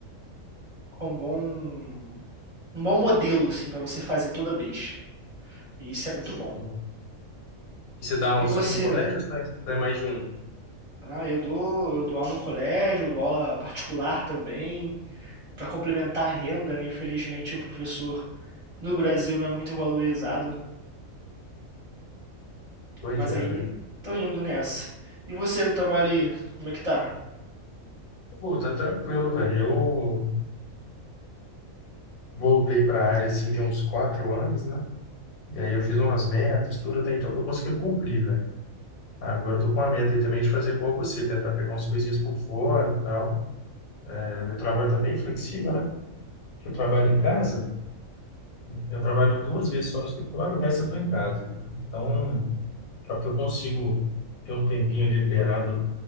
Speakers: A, on the right; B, on the left.
A: um bom, um bom modelo assim para você fazer toda vez. E isso é muito bom.
B: Bom. E você dá aula
A: E você?
B: só em um colégio ou você tá em tá em mais de um?
A: Não, eu dou, eu dou aula em colégio, eu dou aula particular também, para complementar a renda, né? Infelizmente o professor no Brasil não é muito valorizado,
B: Pois
A: mas
B: é,
A: aí
B: velho.
A: tô indo nessa. E você no trabalho aí, como é que tá?
B: Pô, tá tranquilo, velho. voltei para a área assim tem uns quatro anos, né? E aí eu fiz umas metas, tudo, até então eu tô conseguindo cumprir, velho. Ah, Agora eu tô com a meta aí também de fazer igual você, tentar pegar umas coisinhas por fora e tal. É, meu trabalho tá bem flexível, né? Eu trabalho em casa, eu trabalho duas vezes só no escritório, o resto eu tô em casa. Então, é que eu consigo ter um tempinho ali liberado